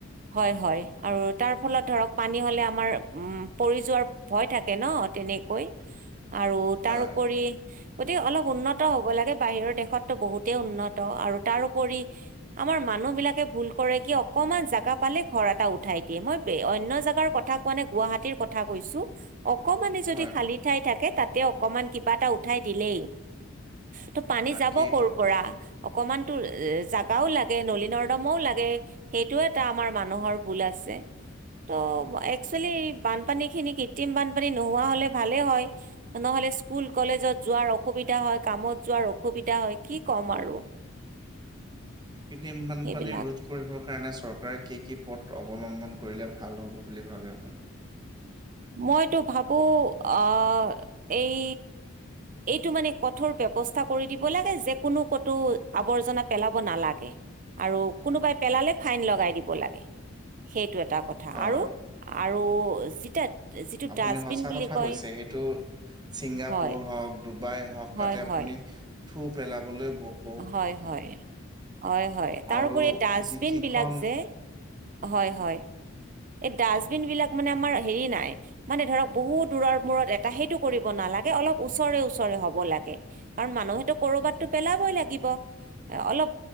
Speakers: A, on the right; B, on the right.
A: হয় হয়। আৰু তাৰ ফলত ধৰক পানী হ'লে আমাৰ উ পৰি যোৱাৰ ভয় থাকে ন তেনেকৈ আৰু
B: হয়
A: তাৰ ওপৰি গতিকে অলপ উন্নত হ'ব লাগে। বাহিৰৰ দেশতো বহুতেই উন্নত। আৰু তাৰপৰি আমাৰ মানুহ বিলাকে ভুল কৰে কিয়? অকণমান জেগা পালে ঘৰ এটা উঠাই দিয়ে, মই অন্য জাগাৰ কথা কোৱা নে গুৱাহতিীৰ কথা কৈছো অকমান যদি
B: হয়
A: খালী ঠাই থাকে তাতে অকমান কিবা এটা উঠাই দিলেই। ত' পানী
B: তাকেইতো।
A: যাব কৰ' পৰা? অকণমান টো জাগাও লাগে, নলা নৰ্দমা ও লাগে। সেইটো এটা আমাৰ মানুহৰ ভুল আছে। ত' একচুৱেলি বানপানীখিনি কৃত্ৰিম বানপানী নোহোৱা হ'লে ভালেই হয়। নহ'লে স্কুল, কলেজত যোৱাৰ অসুবিধা হয় কামত যোৱাৰ অসুবিধা হয় কি ক'ম আৰু
B: কৃত্ৰিম বানপানী
A: সেইবিলাক
B: ৰোধ কৰিবৰ কাৰণে চৰকাৰে কি কি পথ অৱলম্বন কৰিলে ভাল হ'ব বুলি ভাবে আপুনি?
A: মইতো ভাবো আহ এই এইটো মানে কঠোৰ ব্যৱস্থা কৰি দিব লাগে যে কোনো কতো আৱৰ্জনা পেলাব নালাগে। আৰু
B: হয়।
A: কোনোবাই পেলালে ফাইন লগাই দিব লাগে। সেইটো এটা কথা
B: হয়,
A: আৰু আৰু যেতিয়া যিটো
B: আপুনি
A: ডাষ্টবিন
B: সঁচা
A: বুলি
B: কথা
A: কয়
B: কৈছে সেইটো ছিংগাপুৰ
A: হয়
B: হওক ডুবাই হওক
A: হয়
B: তাতে আপুনি
A: হয়
B: থু পেলাবলৈ বহ
A: হয় হয়। হয় হয়। তাৰ
B: আৰু
A: উপৰি ডাষ্টবিন
B: যি কিখন
A: বিলাক যে হয় হয় এই ডাষ্টবিন বিলাক মানে আমাৰ হেৰি নাই। মানে ধৰক বহুত দূৰৰ মূৰত এটা সেইটো কৰিব নালাগে অলপ ওচৰে ওচৰে হব লাগে। কাৰণ মানুহেতো কৰবাততো পেলাবই লাগিব। এ অলপ